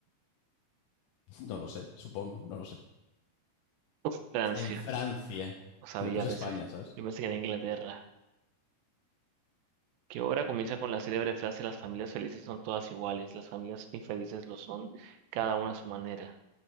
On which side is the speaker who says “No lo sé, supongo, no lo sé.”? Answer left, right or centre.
Left